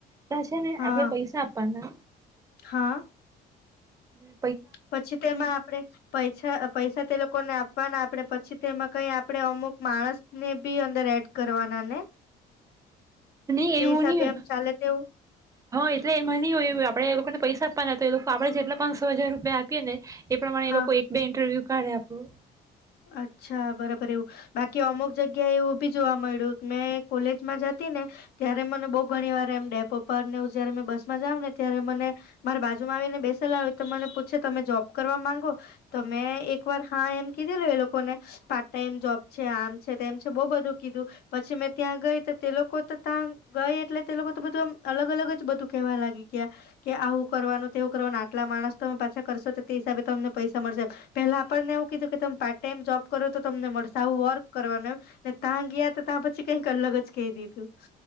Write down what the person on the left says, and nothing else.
હા
હા.
પછી તેમાં આપણેે પૈસા પૈસા તે લોકોને આપ આપડે પછી તેમાં કઈ આપણેે અમુક માણસ ને બી અંદર એડ કરવાના ને
તે
હિસાબે
આમ ચાલે તેવું
હા
અચ્છા બરાબર એવું બાકી અમુક જગ્યા એવું ઉ ભી જોવા મળ્યું મેં કોલેજમાં જતી ને ત્યારે મને બહુ ઘણી વાર એમ ડેપો પર ને એ જયારે બસમાં જાાવ ને ત્યારે મને મારે બાજુમાં આવી ને બેસેલા હો તો મને પૂછે તમે જોબ કરવા માંગો તો મેં એક વાર હા એમ લોકોને પાર્ટ ટાઈમ જોબ છે આમ છે તેમ છે બહુ બધું કીધું પછી મેં ત્યાં ગઈ તે લોકો તો ત્યાં ગઈ એટલે તે લોકો તો બધું અલગ અલગ જ બધું કેવા લાગી ગયા કે આવું કરવાનું તેવું કરવાનું આટલા માણસ તો તમે પાછા કરશો તો તે હિસાબે તમને પૈસા મળશે પેલા આપણને એવું કીધું. તમે પાર્ટ ટાઈમ જોબ કરો તો તમને મળશે આવું વર્ક કરવાનું એમ ને ત્યાં ગયા તો ત્યાં પછી કઈક અલગ જ કહી દીધું